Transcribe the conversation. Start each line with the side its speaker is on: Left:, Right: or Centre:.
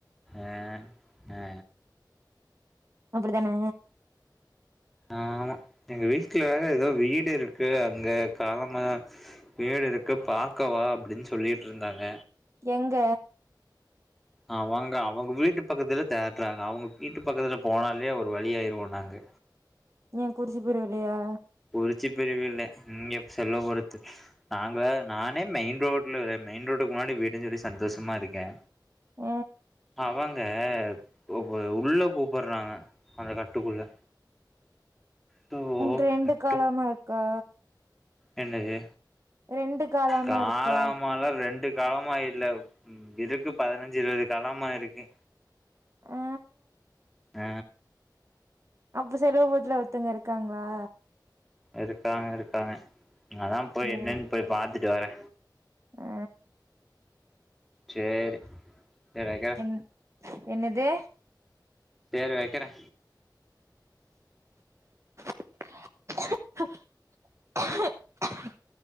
Centre: ஆ ஆ
Right: அப்டிதானே
Centre: ஆமா எங்க வீட்ல வேற ஏதோ வீடு இருக்கு அங்க காலமாதா வீடு இருக்கு பாக்க வா அப்டின்னு சொல்லிட்டு இருந்தாங்க
Right: எங்க
Centre: அ வாங்க அவுங்க வீட்டு பக்கத்துல தேட்றாங்க அவுங்க வீட்டு பக்கத்துல போனாலே ஒரு வழியாய்ருவோ நாங்க
Right: ஏ குறிச்சி பிரிவுளையா
Centre: உறிச்சி பிரிவில்லே ம் எ செல்வ பொருத்து நாங்க்ல நானே மெயின் ரோட்ல எ மெயின் ரோட்டுக்கு முன்னாடி விடிஞ்சுது சந்தோசுமா இருக்கே
Right: உ
Centre: அவங்க கோபு உள்ளே கூப்புறாங்க அந்த கட்டுக்குள்ள சோ
Right: உங் ரெண்டு
Centre: கட்டு
Right: காலமா இக்கா
Centre: என்னது
Right: ரெண்டு காலாமா
Centre: காலாமாலா
Right: இருக்கா
Centre: ரெண்டு கலமா இல்லவ் ம் எதுக்கு பதினஞ்சி இருவது காலமா இருக்கு
Right: ஆ
Centre: ஆ
Right: அப்ப செலவுபூத்ல ஒருத்தங்க இருக்காங்ளா
Centre: இருக்காங்க இருக்காங்க அதா போய்
Right: ஓ
Centre: என்னன் போய் பாத்துட்டு வரே
Right: ஆ
Centre: சேரி சேரி வைக்கிறே
Right: என்னு என்னதே
Centre: சேரி வக்கிறே
Right: <inaudible>